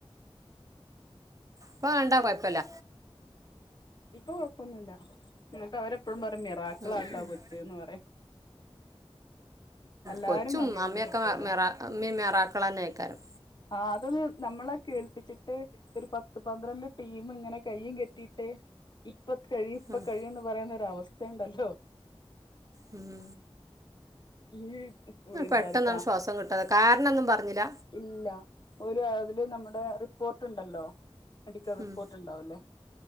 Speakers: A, on the right; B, on the left.
A: ഇപ്പ കണ്ടാ കുഴപ്പമില്ല
B: ഇപ്പൊ കൊഴപ്പൊന്നുല്ല എന്നിട്ട് അവരെപ്പഴും പറയും മിറാക്കളാട്ടാ
A: ഉം ഉം ഉം
B: കൊച്ചെന്ന് പറയും എല്ലാരും
A: കൊച്ചും
B: പറഞ്ഞിരുന്നു
A: അമ്മയൊക്കെ
B: കിട്ടൂല
A: മറാ ഇമ്മേം മെറാക്കളന്നെ ആക്കരം
B: ആ അതൊന്നും നമ്മളെ കേൾപ്പി വച്ചിട്ട് ഒരു പത്ത് പന്ത്രണ്ട് ടീം ഇങ്ങനെ കയ്യും കെട്ടീട്ട് ഇപ്പ കഴിയും ഇപ്പ
A: ഉം
B: കഴിയും ന്ന് പറയുന്നൊരവസ്ഥ ഉണ്ടല്ലോ
A: ഉം
B: ഈ എന്താണ്
A: പെട്ടെന്നണ്ട് ശ്വാസം കിട്ടാതെ കാരണം ഒന്നും പറഞ്ഞില്ല
B: ഇല്ല ഓല് അതില് നമ്മുടെ റിപ്പോർട്ട് ഇണ്ടല്ലോ മെഡിക്കൽ റിപ്പോർട്ട്
A: ഉം
B: ഉണ്ടാവും ല്ലേ